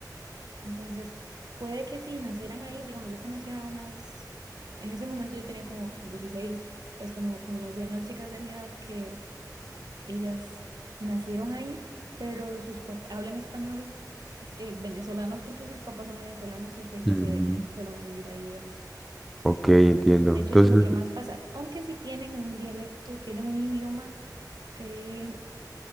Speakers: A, on the right (about 65°); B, in the centre.
A: Entonces, puede que si nacieran ahí, digamos, yo conocía a unas, en ese momento yo tenía como 16 entonces como, como conocía a unas chicas de mi edad que ellas nacieron ahí, pero sus papás hablan español eh, venezolano porque sus papás son venezolanos y fue que
B: Ujú.
A: se fu- fueron a vivir ahí, digamos.
B: Ok, entiendo.
A: De hecho,
B: Entonces,
A: eso es lo que más pasa. Aunque sí tienen un dialecto, tienen un idioma que